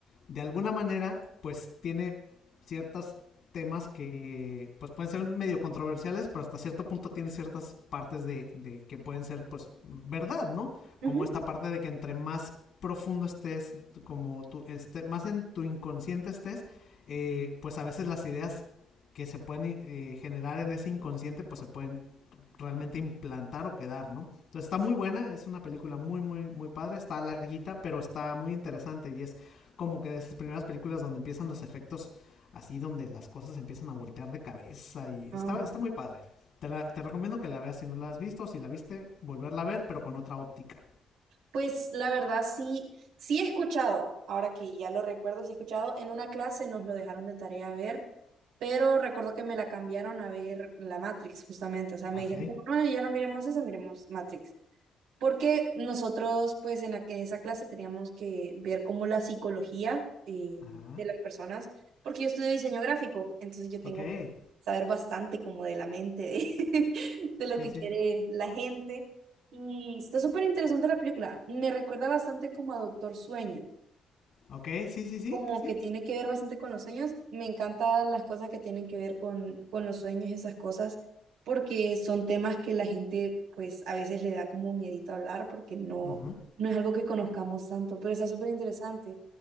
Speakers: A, on the left; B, on the right.
A: de alguna manera pues tiene ciertas temas que pues pueden ser medio controversiales, pero hasta cierto punto tiene ciertas partes de, de, que pueden ser pues verdad, ¿no?
B: ujú.
A: Como esta parte de que entre más profundo estés, como tú, este, más en tu inconsciente estés, eh, pues a veces las ideas que se pueden eh, generar en ese inconsciente pues se pueden realmente implantar o quedar, ¿no? Entonces está muy buena, es una película muy, muy, muy padre, está larguita, pero está muy interesante y es como que de esas primeras películas donde empiezan los efectos así donde las cosas empiezan a voltear de cabeza y
B: Ajá.
A: está, está muy padre. Te, la- te recomiendo que la veas si no la has visto, o si la viste, volverla a ver, pero con otra óptica.
B: Pues la verdad sí, sí he escuchado, ahora que ya lo recuerdo, sí he escuchado, en una clase nos lo dejaron de tarea a ver, pero recuerdo que me la cambiaron a ver la Matrix justamente, o sea, me
A: Ah,
B: dijeron,
A: Ok.
B: no, ya no miremos esa, miremos Matrix porque nosotros pues en, la- en esa clase teníamos que ver como la psicología eh,
A: Ajá.
B: de las personas, porque yo estudio diseño gráfico, entonces yo tengo
A: Ok.
B: que saber bastante como de la mente, de, <laughs> de lo
A: Sí,
B: que
A: sí.
B: quiere la gente. Y está súper interesante la película, me recuerda bastante como a Doctor Sueño
A: Ok, sí, sí, sí,
B: como
A: sí.
B: que tiene que ver bastante con los sueños. Me encantan las cosas que tienen que ver con, con los sueños, esas cosas, porque son temas que la gente pues a veces le da como miedito hablar porque no,
A: Ujú.
B: no es algo que conozcamos tanto, pero está súper interesante.